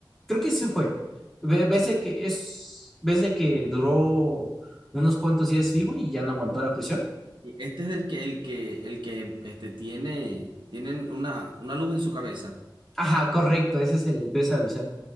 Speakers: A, in the centre; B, on the right.
A: creo que sí fue. Ve- Ves
B: Sí.
A: de que es, ves de que duró unos cuantos días vivo y ya no aguantó la presión.
B: Este es el que, el que, el que este, tiene, tienen una, una luz en su cabeza.
A: Ajá, correcto, ese es el pez abisal.